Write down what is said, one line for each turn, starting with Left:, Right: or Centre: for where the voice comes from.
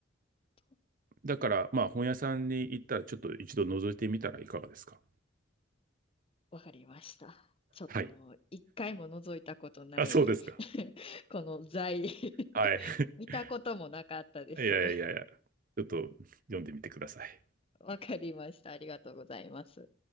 Left: と、
Right: だから、まあ、本屋さんに行ったら、ちょっと一度覗いてみたらいかがですか。
Left: わかりました。ちょっともう、
Right: はい。
Left: 一回も覗いたことない
Right: あ、そうですか。
Left: <laughs> この財 <laughs>
Right: はい。<laughs>
Left: 見たこともなかったです。
Right: いやいやいや、ちょっと読んでみてください。
Left: わかりました。ありがとうございます。